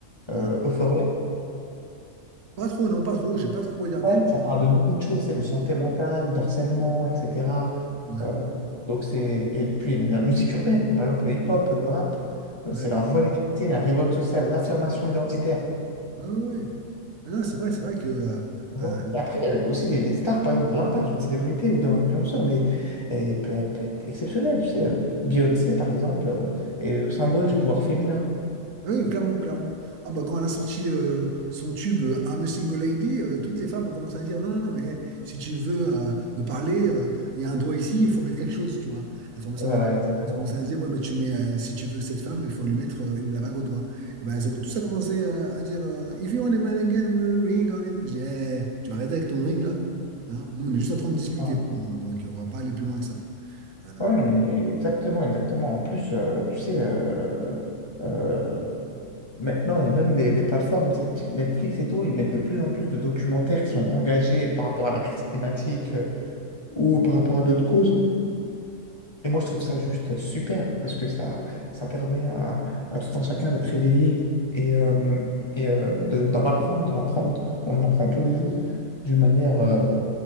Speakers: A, on the left; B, on the right.
A: euh,
B: Euh,
A: Euphoria.
B: pas trop, non, pas trop. J'ai pas trop regardé,
A: Ouais,
B: mais
A: ça parle
B: euh,
A: de beaucoup de choses, c'est de santé mentale, d'harcèlement, etc.
B: ouais,
A: Euh, donc c'est... Et puis la musique urbaine, par exemple le hip-hop, le rap, euh,
B: ouais,
A: c'est la voix des quartiers, la révolte sociale, l'affirmation identitaire.
B: ouais, ouais. Ah Non, c'est vrai, c'est vrai que euh,
A: tu
B: euh,
A: vois. Et après, il y a le- aussi les, les stars, par exemple, l'impact d'une célébrité ou d'un influenceur, mais et peut, être peut être exceptionnel. Tu sais, euh, Beyoncé, par exemple, euh, est le symbole du pouvoir féminin.
B: Ah Oui, clairement, clairement. Ah bah quand elle a sorti euh, son tube euh, I'm a Single Lady, euh, toutes les femmes ont commencé à dire non, non, non, mais si tu veux euh, me parler, euh, il y a un doigt ici, il faut mettre quelque chose, tu vois. Elles ont commencé
A: Voilà,
B: à, me-
A: exactement.
B: elles ont commencé à dire ouais, mais tu mets, euh, si tu veux cette femme, il faut lui mettre euh, une la bague au doigt. Et ben elles ont tout ça commencé euh, à dire euh, If you want a man again, we'll ring on it. Je dis, Eh, tu vas arrêter avec ton ring là. Hein Nous, on est juste en train de discuter.
A: Ouais.
B: Non, donc, euh, on va pas aller plus loin que ça. Euh,
A: Ouais, non, mais exactement, exactement. En plus, euh, tu sais, euh, euh, maintenant, il y a même des, des plateformes, tu sais, type Netflix et tout, ils mettent de plus en plus de documentaires qui sont engagés par rapport à la crise climatique euh, ou par rapport à d'autres causes. Et moi, je trouve ça juste super parce que ça, ça permet à, à tout un chacun d'être éveillé et, euh, et euh, de, d'en apprendre, d'en apprendre. On en apprend tous les jours d'une manière, euh,